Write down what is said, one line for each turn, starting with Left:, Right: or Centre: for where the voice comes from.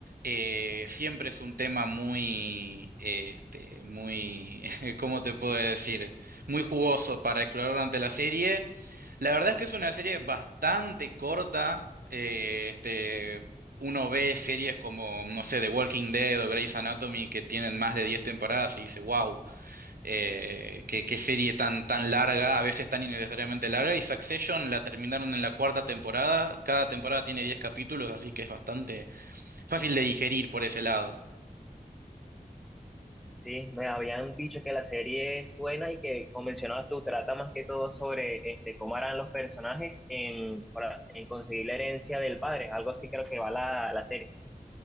Right: eh, siempre es un tema muy, eh, este, muy, <laughs> ¿cómo te puedo decir? Muy jugoso para explorar durante la serie. La verdad es que es una serie bastante corta. eh, este, uno ve series como, no sé, The Walking Dead o Grey's Anatomy que tienen más de 10 temporadas y dice, wow, qué, qué serie tan, tan larga, a veces tan innecesariamente larga. Y Succession la terminaron en la cuarta temporada. Cada temporada tiene 10 capítulos, así que es bastante fácil de digerir por ese lado.
Centre: Sí, me habían dicho que la serie es buena y que, como mencionabas tú, trata más que todo sobre este, cómo harán los personajes en, para- en conseguir la herencia del padre. Algo así creo que va la, la serie.